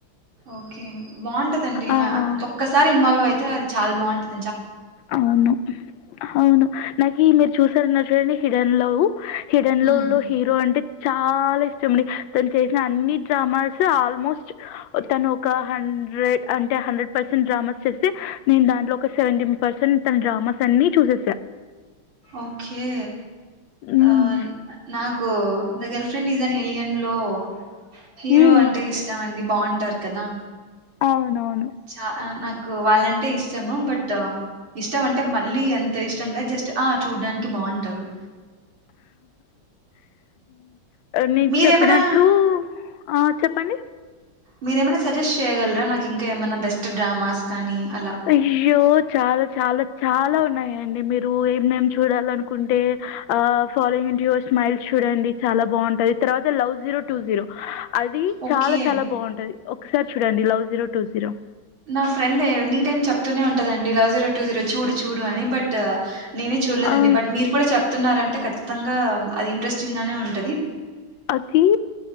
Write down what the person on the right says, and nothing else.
ఓకే బాగుంటదండి
నా ఒక్కసారి ఇన్వాల్వ్ అయిత్ తే అది చాల బాగుంటది.
ఉమ్
ఓకే.
ఆ నాక్ కో దా girl friend is an alien లో హీరో
అంటే ఇష్టం అం డి బాగుంటారు కదా
చాల నాక్ కోవాలంటే ఇష్ ష్టము బట్ ఆ, ఇష్టం అంటే మళ్ళీ అంత్ ఇష్టం లే జస్ట్, ఆ చూడ్డానికి బావుంటారు.
మీరేమైనా
మీరేమైన సజెస్ట్ చేయ్యగలరా, నాకు ఇంకా ఏమన్నా బెస్ట్ డ్రామాస్ కానీ. అలా
ఓకే
నా ఫ్రెండేనీ టైమ్ చెప్తూనే ఉంటందండి లవ్ జీరో టూ జీరో చూడు చూడు అని. బట్ ట. నేనే చూడలేదండి
బట్ మీరు కూడ చెప్తున్నారంటే ఖచ్ మొత్తంగా అది ఇంట్రెస్టింగ్ గానే ఉంట్